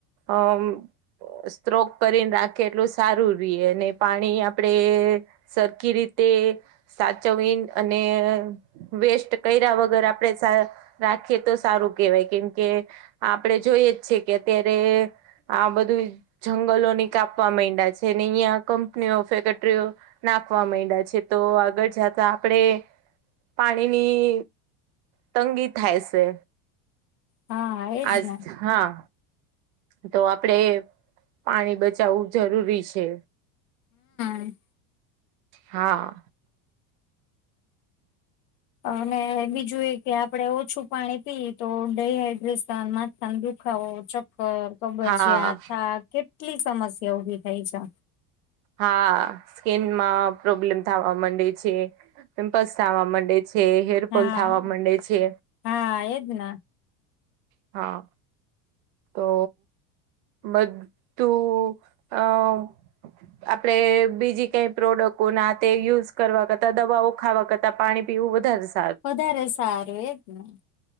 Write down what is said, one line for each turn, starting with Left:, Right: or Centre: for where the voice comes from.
Right: અમ્મ સ્ત્રોક કરીને રાખીએ એટલું સારું રીએ, અને પાણી આપણેે સરખી રીતે સાચવીન અને વેસ્ટ કર્યા વગર આપડે સાર રાખીએ તો સારું કહેવાય, કેમકે આપડે જોઈએ જ છે કે અત્યારે આ બધું જંગલોને કાપવા મયંડા છે ને અહીયાં કંપનીઓ, ફેકેટરીઓ નાખવા માંડ્યા છે તો આગળ જતા આપણેે પાણીની તંગી થાય છે,
Left: હા એજ
Right: આજ
Left: ને
Right: હા તો આપડે પાણી બચાવવું જરૂરી છે
Left: હમ
Right: હા
Left: અને બીજું એ કે આપડે ઓછું પાણી પી તો ડડીહાઈડ્રેશન માથાને દુખાવો ચક્કર તોબજયાથા
Right: હા
Left: કેટલી સમસ્યા ઉભી થઈ છે
Right: હા સ્કીિનમાં પ્રોબ્લેમ થવા માંડે છે પિમ્પલ્સ થવા માંડે છે હેરફોલ
Left: હા
Right: થવા માંડે છે
Left: હા એદના
Right: હા તો બધું આ આપણે બીજી કઈ પ્રોડક્ટો ના તે યુઝ કરવા કરતાં દવાઓ ખાવા કરતાં પાણી પીવું વધારે સા
Left: વધારે સારું એજ ને